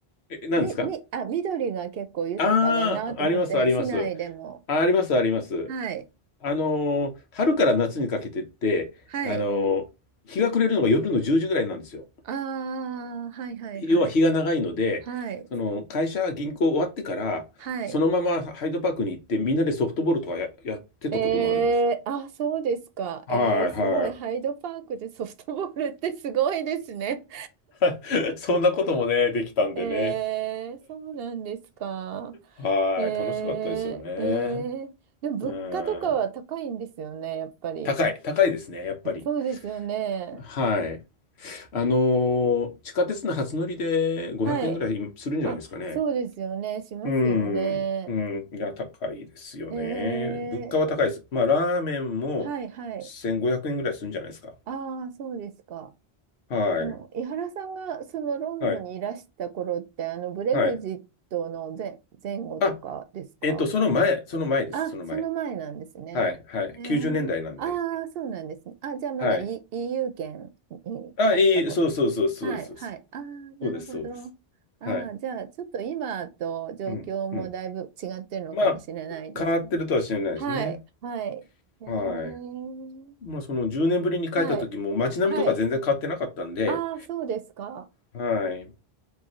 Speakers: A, on the left; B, on the right.
A: え、何ですか
B: み、み、あ、緑が結構豊かだなと思って、
A: ああー、あります、あります。
B: 市内でも。
A: あります、あります。
B: はい、
A: あのー春から夏にかけてって、
B: はい。
A: あのー日が暮れるのが夜の10時ぐらいなんですよ。
B: ああ、はい、はい、
A: 要は日が長いので、
B: はい。はい、
A: その会社、銀行終わってから、
B: はい。
A: そのままハイドパークに行って、みんなでソフトボールとかや、やってたこともあるんですよ。
B: えー、あ、そうですか。
A: はいは
B: えー、すごい。ハイドパークでソフトボールってすごいですね。
A: い。<laughs> そんなこともね、できたんでね。
B: えー、そうなんですか。
A: はい。
B: えー、えー、
A: 楽しかったですよね。
B: でも物価とかは高いんですよね、
A: うん。
B: やっぱり。
A: 高い、高いですね、やっぱり。
B: そうですよね。
A: はい。あのー地下鉄の初乗りで500円ぐらいするんじゃないですかね。
B: はい。あ、そうですよね。しますよね。
A: うん、うん、いや、高いですよね。
B: えー、
A: 物価は高いです。まあ、ラーメンも1500円ぐらいするんじゃないですか。
B: はいはい。ああ、そうですか。
A: はい、
B: あの、井原さんがそのロンドンにいらした頃って、
A: はい、
B: あの、ブレグジットの前、
A: はい。
B: 前後とかですか
A: あ、えっと、その前、その前です、
B: あ、
A: その前。
B: その前なんですね。
A: はい、はい。
B: えー、
A: 90年代なんで。
B: ああ、そうなんですね。あ、じゃあまだ、
A: はい。
B: e、EU 圏にあったこ
A: あ、いい、そうそうそう、そうです、
B: はい、
A: そうです。
B: はい。ああ、なるほど。
A: そうです、そうです。
B: ああ、
A: はい。
B: じゃあちょっと今と状況もだいぶ違ってるのかもしれないですね
A: うん、うん。まあ、変わってるとは知らないですね。
B: はい、はい。えー、
A: はい。まあ、その10年ぶりに帰った時も街並みとか全然変わってなかったんで、
B: はい、はい。ああ、そうですか。
A: はい。